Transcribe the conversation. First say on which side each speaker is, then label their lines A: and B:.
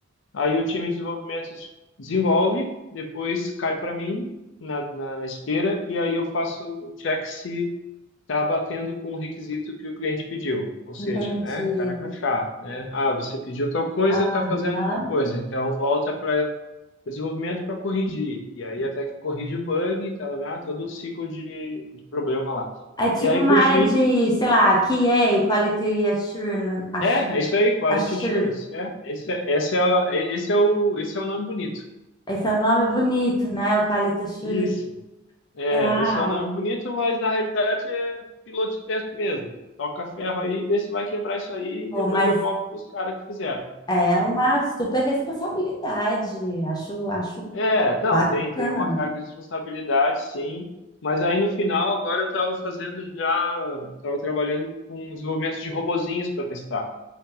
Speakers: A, on the left; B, on the left.
A: Aí o time de desenvolvimento desenvolve, depois cai para mim na, na, na esteira, e aí eu faço o check se está batendo com o requisito que o cliente pediu. Ou seja,
B: entendi.
A: né, cara crachá, né? Ah, você pediu tal coisa,
B: Aham.
A: está fazendo tal coisa, então volta para desenvolvimento para corrigir. E aí até que corrige o bug, tá, lá, todo o ciclo de, de problema lá.
B: É tipo
A: E aí,
B: uma
A: por
B: área
A: fim,
B: de, sei lá, QA, Quality Assurance. assu-
A: é, é isso aí, Quality
B: Assurance.
A: Assurance. É, esse, é- essa é a- esse é o, esse é o nome bonito.
B: Esse é o nome bonito, né? O Quality Assurance.
A: Isso. É,
B: Ah,
A: esse é um nome bonito, mas na realidade é piloto de teste mesmo. Toca ferro aí, vê se vai quebrar isso aí e
B: pô,
A: depois
B: mas
A: devolve para os caras que fizeram.
B: é uma super responsabilidade. Acho, acho
A: É, não,
B: bacana.
A: tem, tem uma carga de responsabilidade, sim. Mas aí no final, agora eu estava fazendo já, estava trabalhando com um desenvolvimento de robozinhos para testar.